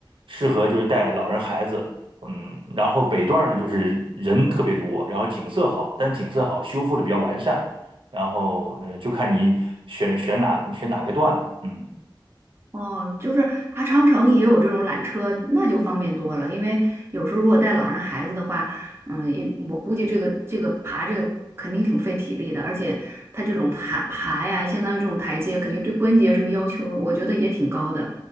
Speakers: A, on the right; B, on the right.
A: 适合就是带老人孩子。嗯，然后北段儿呢，就是人特别多，然后景色好，但是景色好，修复的比较完善。然后，呃，就看你选选哪个选哪个段了。嗯。
B: 哦，就是爬长城也有这种缆车，那就方便多了。因为有时候如果带老人孩子的话，嗯，因我估计这个这个爬这个肯定挺费体力的，而且它这种爬爬呀，相当于这种台阶，肯定对关节什么要求，我觉得也挺高的。